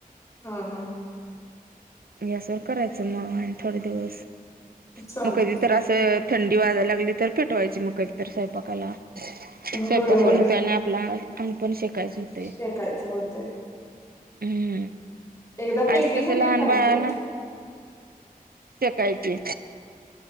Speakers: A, on the left; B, on the right.
A: हा हा
B: यासवर करायचं म आणि थोडे दिवस
A: चालते
B: मग कधी
A: की
B: तर असं थंडी वाजाला लागली तर फेटवायची मग कधी तर स्वयंपाकाला स्वयंपाक
A: होय होय
B: पण होतोय आणि आपला अंग पण शेकायचं होतं.
A: शेकायचं होते.
B: हम्म
A: एकदा
B: आधी
A: पेटली
B: कसं
A: म्हणजे
B: लहान
A: काय.
B: बाळाला
A: नाही.
B: शेकायचे.